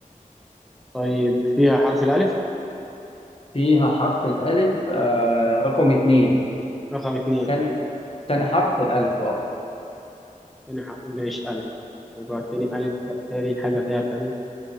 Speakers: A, in the centre; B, on the left.
A: طيب فيها حرف الالف
B: فيها حرف الالف آه رقم اتنين
A: رقم اثنين
B: تاني تاني حرف الالف اه
A: تاني حرف ماشي الف رقم تاني الف تاني حاجه فيها الالف